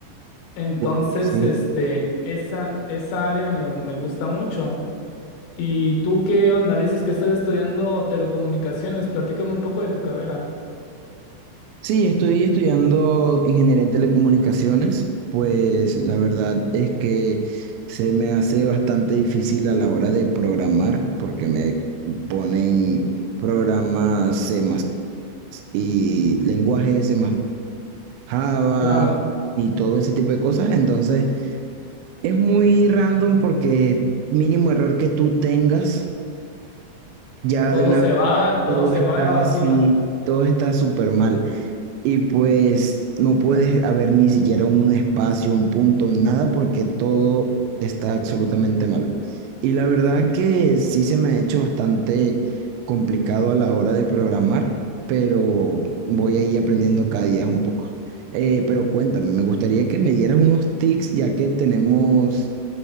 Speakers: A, on the left; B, on the right.
A: Entonces,
B: wow, sí.
A: este, esa, esa área me, me gusta mucho. ¿Y tú qué onda? Dices que estás estudiando telecomunicaciones. Platícame un poco de tu carrera.
B: Sí, estoy estudiando ingeniería en telecomunicaciones, pues la verdad es que se me hace bastante difícil a la hora de programar porque me ponen programas C++ y lenguajes C++, Java
A: Claro,
B: y todo ese tipo de cosas. Entonces es muy random porque mínimo error que tú tengas, ya
A: todo
B: de una
A: se
B: vez
A: va, <laughs>
B: todo
A: todo se
B: está
A: va a la basura.
B: así, todo está súper mal. Y pues no puedes haber ni siquiera un espacio, un punto, nada, porque todo está absolutamente mal. Y la verdad que sí se me ha hecho bastante complicado a la hora de programar, pero voy a ir aprendiendo cada día un poco. Eh, pero cuéntame, me gustaría que me dieras unos tips, ya que tenemos